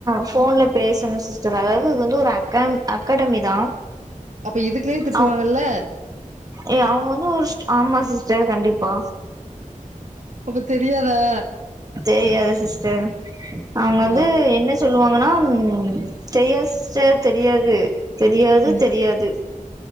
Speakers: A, on the right; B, on the right.
A: ஃபோன்ல பேசணு சிஸ்டர் அதாவது அது வந்து ஒரு அகா அகாடமி தா
B: அப்ப இதுக்குலயே திட்டுவாங்கல்ல
A: அவ் ஏ அவுங்க வந்து ஒரு ஷ் ஆமா சிஸ்டர் கண்டிப்பா
B: அப்ப தெரியாதா
A: தெரியாது சிஸ்டர் அவுங்க
B: ஆ
A: வந்து என்ன சொல்லுவாங்கன்னா ம் தெரியாது சிஸ் டர் தெரியாது தெரியாது
B: ம்
A: தெரியாது